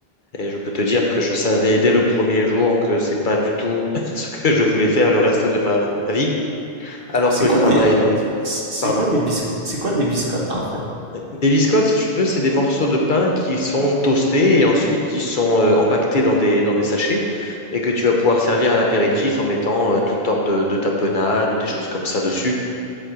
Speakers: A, on the left; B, on the right.
A: et je peux te dire que je savais dès le premier jour que c'est pas du tout <laughs> ce que je voulais faire le reste de ma, ma vie alors
B: C'est
A: que le
B: quoi
A: travail
B: des
A: dans le...
B: c'est
A: pardon
B: quoi des bis c'est quoi des biscottes en fait?
A: Des biscottes, si tu veux, c'est des morceaux de pain qui sont toastés et ensuite qui sont euh, empaquetés dans des, dans des sachets et que tu vas pouvoir servir à l'apéritif en mettant euh, tout hors de, de tapenade ou des choses comme ça dessus.